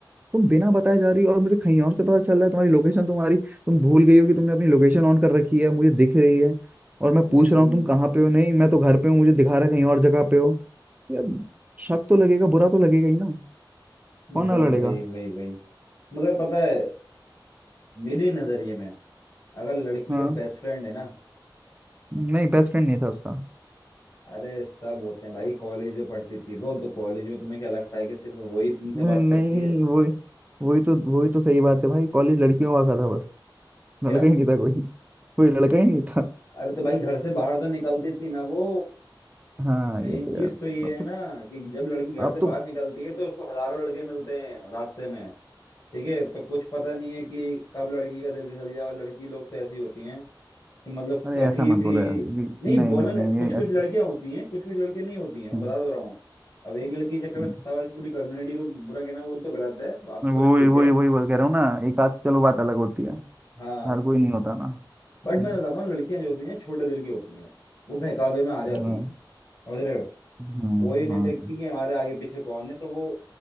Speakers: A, on the right; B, on the left.
A: तुम बिना बताए जा रही हो और मुझे कहीं और से पता चल रहा है तुम्हारी लोकेशन तुम्हारी तुम भूल गई हो कि तुमने अपनी लोकेशन ऑन कर रखी है मुझे दिख रही है और मैं पूछ
B: हम्म
A: रहा हूँ तुम कहाँ पे हो नहीं मैं तो घर पे हूँ मुझे दिखा रहा है कहीं और जगह पे हो यार शक तो लगेगा बुरा तो लगेगा ही ना
B: वही
A: कौन ना लड़ेगा
B: वही वही वही मगर पता है मेरे नजरिए में अगर लड़की
A: हाँ
B: का बेस्ट फ्रेंड है ना
A: नहीं बेस्ट फ्रेंड नहीं था उसका
B: अरे सब होते हैं भाई कॉलेज में पढ़ती थी वो तो कॉलेज में तुम्हें क्या लगता है कि सिर्फ वही तुमसे
A: नहीं
B: बात करती है
A: वही वही तो वही तो सही बात है भाई कॉलेज लड़कियों का था बस
B: क्या
A: लड़का ही नहीं था कोई कोई लड़का ही नहीं था
B: अरे तो भाई घर से बाहर तो निकलती थी ना वो
A: हाँ
B: मेन
A: ये तो
B: चीज
A: यार
B: तो ये
A: अब
B: है
A: तो
B: ना कि जब लड़की घर
A: अब
B: से बाहर
A: तो
B: निकलती है तो उसको हजारों लड़के मिलते हैं रास्ते में ठीक है तो कुछ पता नहीं है कि कब लड़की का दिल फिसल जाए और लड़की लोग तो ऐसी होती हैं कि मतलब
A: अरे
B: कभी
A: ऐसा मत
B: भी
A: बोलो यार ये-
B: नहीं
A: नहीं
B: बोलना
A: नहीं नहीं
B: कुछ
A: ये
B: कुछ
A: ऐसा
B: लड़कियां होती हैं कुछ कुछ लड़के नहीं होती हैं मैं
A: हम्म
B: बता दो रहा हूँ अब एक लड़की के चक्कर
A: हम्म
B: में सारी पूरी कम्युनिटी को बुरा कहना वो तो गलत है आपकी
A: वही
B: बात ठीक
A: वही
B: है
A: वही बात कह रहा हूँ ना एक आध चलो बात अलग होती है
B: हाँ
A: हर कोई नहीं होता ना हम्म,
B: बट मैं बताता हूँ लड़कियां जो होती हैं छोटे दिल की होती हैं वो बहकावे में आ जाती
A: हाँ
B: हैं समझ रहे हो
A: हम्म,
B: वो ये नहीं
A: हाँ
B: देखती कि हमारे आगे पीछे कौन है तो वो